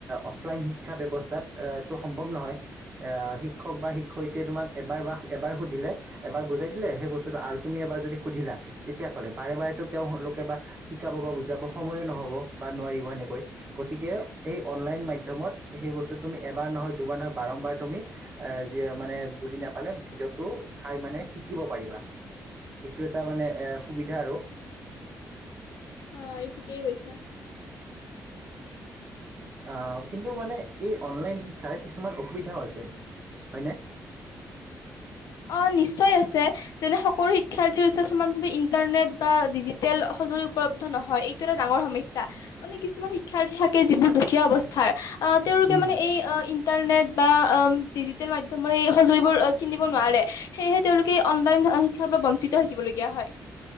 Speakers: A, on the right; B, on the left.
A: অফলাইন শিক্ষা ব্যৱস্থাত টো সম্ভৱ নহয়। এ, শিক্ষক বা শিক্ষয়িত্ৰীয়ে তোমাক এবাৰ বা এবাৰ সুধিলে এবাৰ বুজাই দিলে সেই বস্তুটো আৰু তুমি এবাৰ যদি সুধিলা তেতিয়া ক'লে বাৰে বাৰেতো তেওঁলোকে বা শিকাব বা বুজাব সময়ো নহ'ব বা নোৱাৰিব সেনেকৈ, গতিকে এই অনলাইন মাধ্যমত সেই বস্তু তুমি এবাৰ নহয় দুবাৰ নহয় বাৰম্বাৰ তুমি, অ' যিয়ে মানে বুজি নাপালে ভিডিঅটো' চাই মানে শিকিব পাৰিবা, এইটো এটা মানে সুবিধা আৰু।
B: অ, এ ঠিকেই কৈছা।
A: আ, কিন্তু মানে এই অনলাইন শিক্ষাৰ কিছুমান অসুবিধাও আছে, হয়নে?
B: অ', নিশ্চয় আছে যেনে সকলো শিক্ষাৰ্থীৰ ওচৰত সমান ভাৱে ইণ্টাৰনেট বা ডিজিটেল সঁজুলি উপলব্ধ নহয় এইটো এটা ডাঙৰ সমস্যা, মানে কিছুমান শিক্ষাৰ্থী থাকে যিবোৰ দুখীয়া অৱস্থাৰ। অ' তেওঁলোকে
A: উম
B: মানে এই ইণ্টাৰনেট বা আ' ডিজিটেল মাধ্যমেৰে সঁজুলিবোৰ কিনি কিনিব নোৱাৰে, সেয়েহে তেওঁলোকে অনলাইন শিক্ষাৰ পৰা বঞ্চিত হৈ থাকিবলগীয়া হয়।